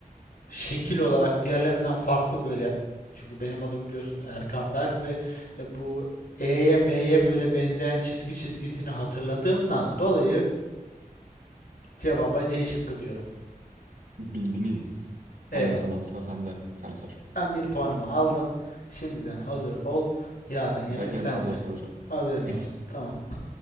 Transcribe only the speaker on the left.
şekil olarak diğerlerinden farklı böyle çünkü benim adım biliyorsun Erkan Berk ve e, bu E'ye B'ye böyle benzeyen çizgi çizgisini hatırladığımdan dolayı cevaba C şıkkı diyorum.
Eyvallah.
Ben bir puanımı aldım. Şimdiden hazır ol. Yarın yemek
sende.
Haberin
olsun. Tamam.